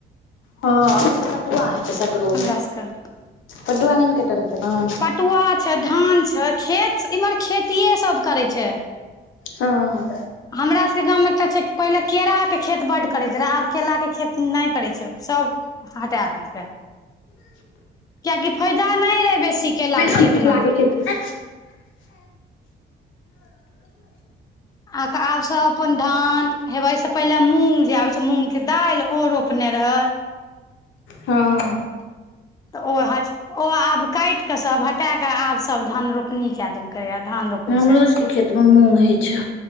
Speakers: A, on the left; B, on the left.
A: हँ अखैन त पटुआ हेते सगरो
B: हमरा सबके
A: पटुआ नैने कटलके हन
B: पटुआ छै धान छै खेत इम्हर खेतिये सभ करै छै।
A: हँ।
B: हमरा सभके गाँममें एकटा छै पहिले केराके खेत बड्ड करै छलै आब केलाके खेत नै करै छै सभ हटा देलकै कियाकि फयदा नै रहे बेसी केलाके
A: की
B: खेतमे
A: केला के खेतमे।
B: आ आब सब अपन धान हेवे से पहि ले मूंग जे आबे छै मूंग के दाइल ओ रोपने रहे।
A: हँ।
B: तऽ ओ हज ओ आब काईट कऽ सब हटा के आब सब धान रोप नी कए देलकै आ धान रोपै
A: हमरो
B: छै।
A: सबके खेतमे मूँग होइ छै